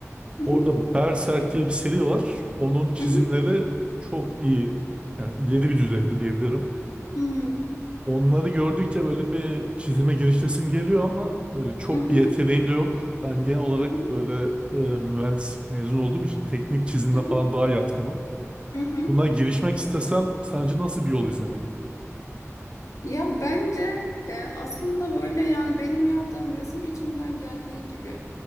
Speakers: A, on the left (about 85°); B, on the right (about 20°).
A: hı,
B: Orada Berserk diye bir seri var. Onun çizimleri
A: hı hı,
B: çok iyi. Yani ileri bir düzeyde diyebilirim.
A: hı hı,
B: Onları gördükçe böyle bir çizime girişesim geliyor ama böyle çok
A: hı hı,
B: bir yeteneğim de yok. Ben genel olarak
A: hı hı,
B: böyle e, mühendislik mezun olduğum için teknik çizimle
A: hı
B: falan
A: hı,
B: daha yatkınım.
A: hı hı.
B: Buna girişmek istesem sence nasıl bir yol izlemeliyim?
A: Ya bence e, aslında böyle yani benim yaptığım resim içimden geldiği gibi.